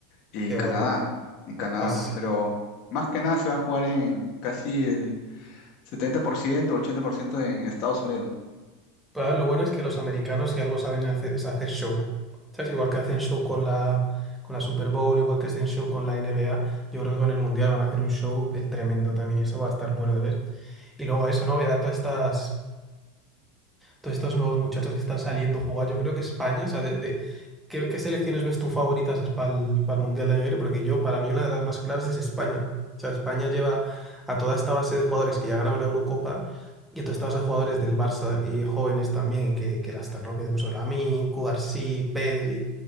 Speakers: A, on the left; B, in the centre.
A: y
B: Qué
A: Canadá.
B: bueno.
A: En Canadá,
B: Pues,
A: pues, pero más que nada se va a jugar en casi el setenta por ciento, ochenta por ciento en Estados Unidos.
B: pues, a ver, lo bueno es que los americanos, si algo saben hacer, es hacer show. ¿Sabes? Igual que hacen show con la, con la Super Bowl, igual que hacen show con la NBA, yo creo que con el mundial van a hacer un show el tremendo también y eso va a estar bueno de ver. Y luego eso, ¿no? Voy a dar todas estas. todos estos nuevos muchachos que están saliendo a jugar. Yo creo que España, o sea, de, de- ¿qué, qué selecciones ves tú favoritas para el, Mundial de Negri? Porque yo, para mí, una de las más claras es España. O sea, España lleva a toda esta base de jugadores que ya ganaron la Eurocopa y a toda esta base de jugadores del Barça y jóvenes también que, que la están rompiendo, pues Lamine, Cubarsí, Pedri